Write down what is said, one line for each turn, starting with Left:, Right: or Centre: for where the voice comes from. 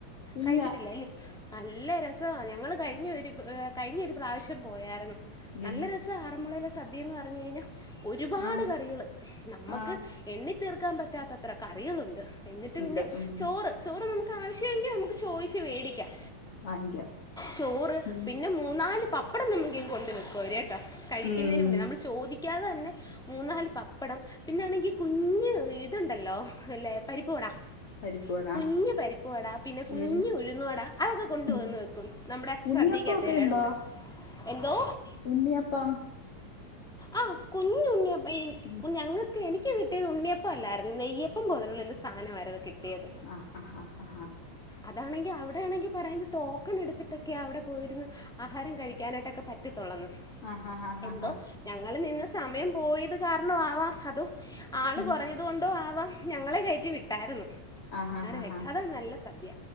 Left: ഇല്ല
Centre: കഴിച്ചിട്ടില്ല അല്ലേ? നല്ല രസവാ ഞങ്ങള് കഴിഞ്ഞ ഒരു ഏഹ് കഴിഞ്ഞ ഒരു പ്രാവിശ്യം പോയായിരുന്നു
Left: ഉം
Centre: നല്ല രസ സാ ആറന്മുളയിലെ സദ്യയെന്ന് പറഞ്ഞു കഴിഞ്ഞാ ഒരുപാട്
Left: ആഹ്
Centre: കറികള് നമ്മക്ക്
Left: ആഹ്
Centre: എണ്ണി തീർക്കാൻ പറ്റാത്തത്ര കറികളുണ്ട് എന്നിട്ട്
Left: ഉണ്ട്
Centre: പിന്നെ
Left: ഉം
Centre: ചോറ് ചോറ് നമു ക്ക് ആവിശ്യോങ്കി നമുക്ക് ചോയിച്ച് വേടിക്കാം
Left: വാങ്ങിക്കാം
Centre: ചോറ്
Left: ഉം
Centre: പിന്നെ മു മൂന്നാല് പപ്പടം നമുക്കിങ്ങ് കൊണ്ട് വെക്കും അവര് കേട്ടാ കഴിക്കുന്നേന്
Left: ഉം
Centre: മുന്നേ നമ്മള് ചോദിക്കാതെ തന്നെ മൂന്നാല് പപ്പടം പിന്നൊണെങ്കി കുഞ്ഞ് ഈ ത് ഇത്ണ്ടല്ലോ അല്ലേ പരിപ്പ് വടാ
Left: പരിപ്പുവട
Centre: കുഞ്ഞ് പരിപ്പുവട പിന്നെ കുഞ്ഞ്
Left: ഉം
Centre: ഉഴുന്ന് വട അതൊക്കെ കൊണ്ടു
Left: ഉം
Centre: വന്ന് വെക്കും നമ്മടെ
Left: ഉണ്ണിയപ്പൊക്കെ
Centre: സദ്യക്കാത്തെ എലേടെ
Left: ഉണ്ടോ
Centre: കൂടെ എന്തോ?
Left: ഉണ്ണിയപ്പം
Centre: ആഹ് കുഞ്ഞു ഉണ്ണിയപ്പ ഇങ്ങനെ
Left: ഉം
Centre: ഞങ്ങക്ക് എനിക്ക് കിട്ടിയത് ഉണ്ണിയപ്പം അല്ലായിരുന്നു നെയ്യപ്പം പോലുള്ളൊല് സാനാവായിരുന്നു കിട്ടിയത്
Left: ആഹ് ആഹ് ആഹ്
Centre: അതാണെങ്കി അവിടേണെങ്കി പറയുന്നു ടോക്കൺ എടുത്തിട്ടൊക്കെ അവിടെ പോയിരുന്ന് ആഹാരം കഴിക്കാനായിട്ടൊക്ക പറ്റത്തൊള്ളന്ന്
Left: ആഹ് ആഹ് ആഹ്
Centre: എന്തോ
Left: ആഹ് ആഹ്
Centre: ഞങ്ങള് നിന്ന് സമയം പോയത് കാരണമാവാം അതോ ആള്
Left: ഉം
Centre: കൊറഞ്ഞത് കൊണ്ടോ ആവാം ഞങ്ങളെ കയറ്റി വിട്ടായിരുന്നു
Left: ആഹ് ആഹ്
Centre: ആഹാരം
Left: ആഹ്
Centre: കഴിച്ച് അതാ നല്ല സദ്യ